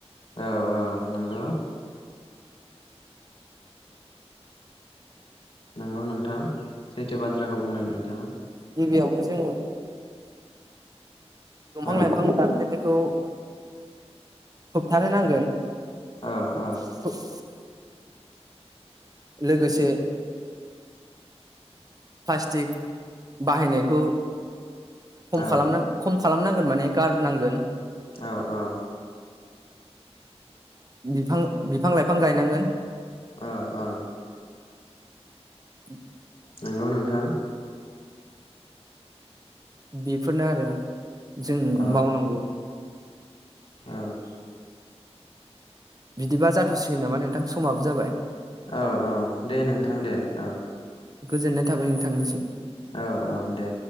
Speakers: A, on the left (about 55°); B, on the right (about 35°).
A: औ-औ नंगौ नंगौ नोंथां। सैथो बाथ्राखौ बुंदों नोंथाङा
B: गिबियावथ जोङो दंफां
A: औ
B: लाायफां दानफायनाय खौ होबथानो नांगोन
A: औ औ
B: <unintelligible> लोगोसे प्लास्टिक बाहायनायखौ खम
A: औ
B: खालाम खम खालामनांगोन माने गारनांगोन
A: औ-औ
B: बिफां-बिफां लाइ बिफां गायनांगोन
A: औ-औ
B: <inaudible>
A: नंगौ नोंथां
B: बेफोरनो आरो जों
A: औ
B: मावनांगौ
A: औ
B: बिदिबा जाथ'सिगोन नामा नोंथां। समाबो जाबाय।
A: औ-औ दे नोंथां दे औ।
B: गोजोननाय थाबाय नोंथांनिसिम।
A: औ-औ दे